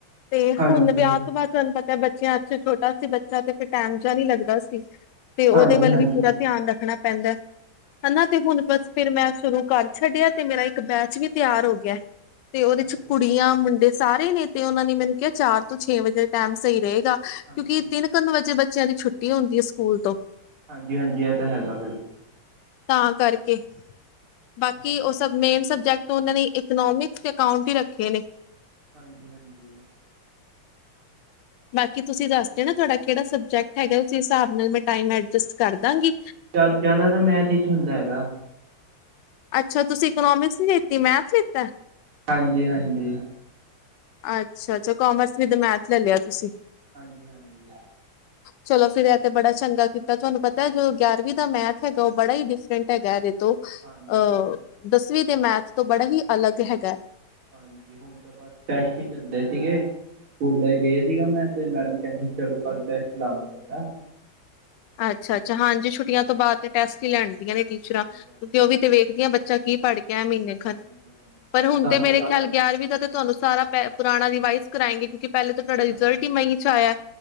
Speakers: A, on the left (about 70°); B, on the right (about 85°).
A: ਤੇ
B: ਹਾਂਜੀ
A: ਹੁਣ ਵਿਆਹ
B: ਹਾਂਜੀ
A: ਤੋਂ ਬਾਅਦ ਤੁਹਾਨੂੰ ਪਤਾ ਬੱਚਿਆਂ ਅੱਛੇ ਛੋਟਾ ਸੀ ਬੱਚਾ ਤੇ ਫਿਰ ਟੈਮ ਜਿਹਾ ਨੀ ਲੱਗਦਾ ਸੀ ਤੇ ਉਹਦੇ
B: ਹਾਂਜੀ
A: ਵੱਲ
B: ਹਾਂਜੀ
A: ਵੀ ਪੂਰਾ ਧਿਆਨ ਰੱਖਣਾ ਪੈਂਦਾ। ਹੈਨਾ ਤੇ ਹੁਣ ਬਸ ਫਿਰ ਮੈਂ ਸ਼ੁਰੂ ਘਰ ਛੱਡਿਆ ਤੇ ਮੇਰਾ ਇੱਕ ਬੈਚ ਵੀ ਤਿਆਰ ਹੋ ਗਿਆ ਤੇ ਉਹਦੇ
B: ਹਾਂਜੀ
A: ਚ ਕੁੜੀਆਂ
B: ਹਾਂਜੀ
A: ਮੁੰਡੇ ਸਾਰੇ ਨੇ ਤੇ ਉਹਨਾਂ ਨੇ ਮੈਨੂੰ ਕਿਹਾ ਚਾਰ ਤੋਂ ਛੇ ਵਜੇ ਟਾਈਮ ਸਹੀ ਰਹੇਗਾ ਕਿਉਂਕਿ
B: ਹਾਂਜੀ
A: ਤਿੰਨ ਕੁਨ ਵਜੇ ਬੱਚਿਆਂ ਦੀ ਛੁੱਟੀ ਛੁਟੀ ਹੁੰਦੀ ਹੈ ਸਕੂਲ ਤੋਂ
B: ਹਾਂਜੀ -ਹਾਂਜੀ ਇਹ ਤਾਂ ਹੈਗਾ ਬਿਲਕੁਲ
A: ਤਾਂ ਕਰਕੇ ਬਾਕੀ
B: ਹਾਂਜੀ
A: ਉਹ ਸਭ ਮੇਨ ਸਬਜੈਕਟ ਤੇ ਉਹਨਾਂ ਲਈ ਇਕਨੋਮਿਕਸ ਤੇ ਅਕਾਊਂਟ ਹੀ ਰੱਖੇ ਨੇ।
B: ਹਾਂਜੀ ਹਾਂਜੀ।
A: ਬਾਕੀ ਤੁਸੀਂ ਦੱਸਦੇ ਨਾ ਤੁਹਾਡਾ ਕਿਹੜਾ ਸਬਜੈਕਟ ਹੈਗਾ ਉਸ ਹਿਸਾਬ ਨਾਲ ਮੈਂ ਟਾਈਮ ਐਡਜਸਟ ਕਰ ਦਾਂਗੀ।
B: ਜਾਂ ਜ਼ਿਆਦਾ ਤਾਂ ਮੈਥ ਹੀ ਚ ਹੁੰਦਾ ਹੈਗਾ।
A: ਅੱਛਾ ਤੁਸੀਂ ਇਕਨੋਮਿਕਸ ਨਹੀਂ ਲਿਤੀ ਮੈਥ ਲਿੱਤਾ।
B: ਹਾਂਜੀ -ਹਾਂਜੀ
A: ਅੱਛਾ -ਅੱਛਾ ਕੋਾਮਰਸ ਵਿਦ ਮੈਥ ਲੈ ਲਿਆ ਤੁਸੀਂ
B: ਹਾਂਜੀ -ਹਾਂਜੀ
A: ਚਲੋ ਫਿਰ ਇਹ ਤੇ ਬੜਾ ਚੰਗਾ ਕੀਤਾ ਤੁਹਾਨੂੰ ਪਤਾ ਜੋ ਗਿਆਰਵੀਂ ਦਾ ਮੈਥ ਹੈਗਾ ਉਹ ਬੜਾ ਹੀ ਡਿਫਰੈਂਟ ਹੈਗਾ ਇਹਦੇ ਤੋਂ
B: ਹਾਂਜੀ
A: ਅਹ
B: ਇਹ ਤਾਂ ਹੈ
A: ਦਸਵੀਂ ਦੇ ਮੈਥ ਤੋਂ ਬੜਾ ਹੀ ਅਲੱਗ ਹੈਗਾ
B: ਹਾਂਜੀ ਹੁਣ ਤਾਂ ਬਸ ਟੈਸਟ ਹੀ ਚੱਲਦੇ ਸੀਗੇ ਸਕੂਲੇ ਗਏ ਸੀਗਾ ਮੈਂ ਤੇ ਮੈਡਮ ਕਹਿੰਦੀ ਸੀ ਚਲੋ ਕੱਲ ਟੈਸਟ ਲਾਗੇ ਤੁਹਾਡਾ
A: ਅੱਛਾ -ਅੱਛਾ ਹਾਂਜੀ। ਛੁੱਟੀਆਂ ਤੋਂ ਬਾਅਦ ਤੇ ਟੈਸਟ ਹੀ ਲੈਂਦੀਆਂ ਨੇ ਟੀਚਰਾਂ
B: ਹਾਂਜੀ
A: ਕਿਉਂਕਿ ਉਹ ਵੀ ਤੇ ਵੇਖ ਆਂ ਬੱਚਾ ਕੀ ਪੜ੍ਹ ਕੇ ਮਹੀਨੇ ਖੰਣ
B: ਹਾਂਜੀ ਹਾਂਜੀ ਹਾਂਜੀ
A: ਪਰ ਹੁਣ
B: ਸਾਨੂੰ
A: ਤੇ ਮੇਰੇ
B: ਤਾਂ
A: ਖਿਆਲ ਗਿਆਰਵੀਂ ਦਾ ਤੇ ਤੁਹਾਨੂੰ ਸਾਰਾ
B: ਹਾਂ
A: ਪੈ ਪੁਰਾਣਾ ਰਿਵਾਈਜ਼ ਕਰਾਏਗੇ ਕਿਉਂਕਿ ਪਹਿਲੇ ਤੁਹਾਡਾ ਰਿਜਲਟ
B: ਹਾਂਜੀ ਹਾਂਜੀ
A: ਹੀ ਮਈ ਚ ਆਇਆ